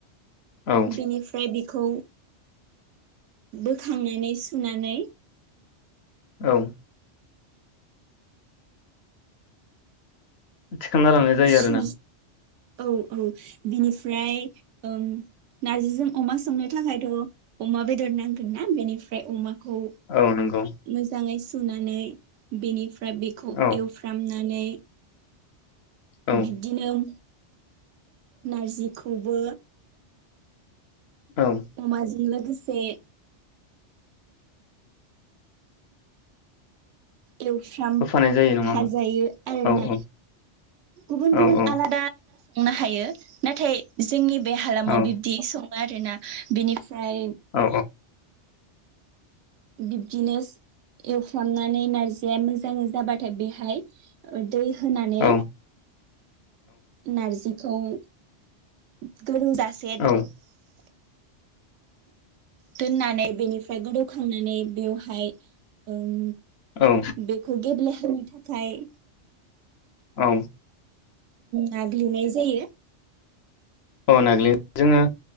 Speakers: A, on the left (about 65°); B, on the right (about 90°).
A: औ
B: बेनिफ्राय बेखौ बोखांनानै सुनानै
A: औ थिखांना लांनाय जायो
B: सु
A: आरो ना
B: औ औ बिनिफ्राय ओं नार्जिजों अमा संनो थाखायथ अमा बेदर नांगोन ना बेनिफ्राय अमा खौ
A: औ नंगौ
B: मोजाङै सा सुनानै बेनिफ फ्राय बेखौ
A: औ
B: एवफ्रामना नानै
A: औ
B: बिदिनोम नारजिखौबो
A: औ
B: अमाजोंनो गोसे एवफ्राम
A: होफानाय जायो नङा
B: फाजायो
A: होमबा
B: आरो
A: औ
B: ना
A: औ
B: गुबुन
A: औ
B: गुबुन
A: औ
B: आलादा संनो हायो नाथाय जोंनि बे हालामाव
A: औ
B: बिब्दि स आरोना बिनिफ फ्राय।
A: औ
B: बिब्दिनो एवफ्रामनानै नारजिया मोजाङै जाबाथाय बेहाय ओ दै होनानै
A: औ
B: नारजि खौ <unintelligible>
A: औ
B: दोननानै बेनिफ्राय गोदौखांनानै बेवहाय ओम
A: औ
B: बेखौ गेब्ल हानो थाखाय
A: औ
B: नागलि नाय जायो।
A: ओ नाग्लि जोङो